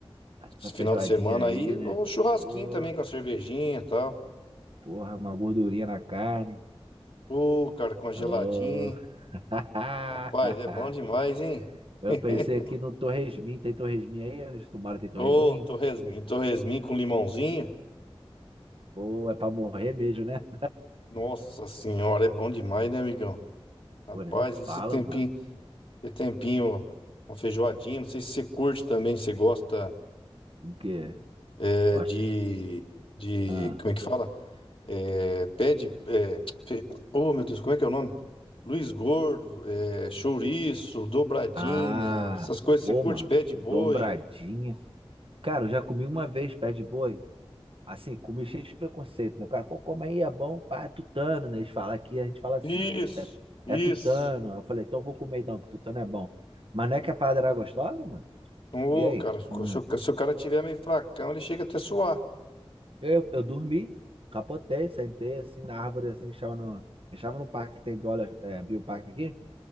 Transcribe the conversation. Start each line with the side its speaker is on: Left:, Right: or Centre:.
Right: essa
Left: esse
Right: feijoadinha
Left: final de semana
Right: aí,
Left: aí,
Right: né?
Left: um churrasquinho
Right: Pô,
Left: também com a cervejinha e tal.
Right: porra, uma gordurinha na carne.
Left: Ô, cara, com congeladinho,
Right: Oh.
Left: hein?
Right: <laughs>
Left: Rapaz, é bom demais, hein?
Right: Eu
Left: <laughs>
Right: pensei aqui no Torresmin. Tem Torresmin aí? Onde tu mora tem Torresmin?
Left: Ô, torresmin torresmin com limãozinho.
Right: Pô, é pra morrer mesmo, né?
Left: Nossa senhora, é bom demais, né, amigão? Rapaz,
Right: Pô, nem fala,
Left: esse tempinho,
Right: mano.
Left: esse tempinho, uma feijoadinha, não sei se você curte também, se você gosta
Right: O quê?
Left: é,
Right: Gosto.
Left: de, de,
Right: Ah.
Left: como é que fala? é, pede. É, fe- oh, meu Deus, como é que é o nome? Luiz Gordo, é, chouriço, dobradinha,
Right: Ah,
Left: essas coisas.
Right: pô,
Left: Você curte
Right: mano,
Left: pé de
Right: dobradinha.
Left: boi?
Right: Cara, eu já comi uma vez pé de boi. Assim, comi cheio de preconceito, né? O cara, pô, come aí, é bom, pá, é tutano, né? Eles falam aqui, a gente fala assim,
Left: Isso,
Right: é,
Left: isso.
Right: é tutano. Eu falei, então eu vou comer então, que tutano é bom. Mas não é que a parada era gostosa, mano?
Left: Ô,
Right: E aí?
Left: cara, se
Right: Hum.
Left: o, se o- se o cara tiver meio fracão, ele chega até a suar.
Right: Eu, eu dormi, capotei, sentei assim na árvore, assim, que estava no, que estava no parque, que tem biola, é, bioparque aqui.